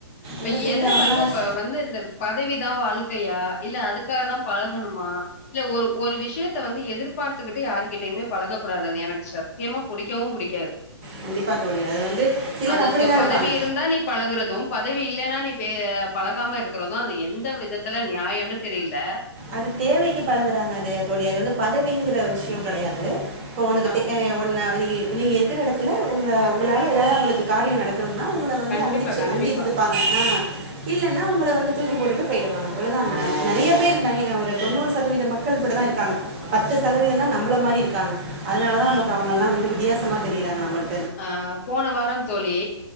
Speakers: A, on the left (about 30°); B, on the right (about 25°).
A: இப்ப
B: இல்லை தெரியும்
A: எத
B: அவங்களாம்
A: வந்து ப வந்து இந்த பதவிதா வாழ்க்கையா இல்ல அதுக்காக தா பழகணுமா இல்ல ஒரு ஒரு விஷயத் த்த வந்து எதிர்பார்த்துகிட்டு யாருகிட்டயுமே பழக கூடாது அது எனக்கு சத்யமா புடிக்கவு புடிக்காது
B: கண்டிப்பாக தோழி அது வந்து சிலர்
A: அந்த
B: அப்படி
A: தொ
B: தான்
A: பதவி
B: இருப்பாங்க
A: இருந்தா நீ பழகுறது பதவி இல்லேனா நீ பே பழகாம இருக்குறதுதா அது எந்த விதத்தல நியாயனு தெரில்ல
B: அது தேவைக்கு பழகுறாங்க அது தோழி அது வந்து பதவிங்கிற விஷ்யோ கெடையாது இப்போ ஒனக்கு
A: ஆ
B: தெக்யாமையா ஒன்ன வேலகி ப நீங்க இருகற எடத்துல உங்ள உங்களால எதாது அவுங்களுக்கு காரியோ நட கனும்னா உங்குள வந்து
A: கண்டிப்பா
B: அண்டிச்சு
A: கண்டிப்பா
B: அண்டி இருந்துப்பாங்க ஆ இல்லன்னா உங்கள வந்து தூக்கி போட்டுட்டு போயிடுவாங்க இவ்ளதான நறிய பேரு தைங்க ஒரு தொண்ணூறு சதவீத மக்கள் இப்டிதான் இருக்காங்க பத்து சதவீதம் தா நம்மள மாரி இருக்காங்க அதனாலதா நமக்கு வித்தியாசமா தெரியுறாங்க நம்பளு
A: அ போன வாரங் தோழி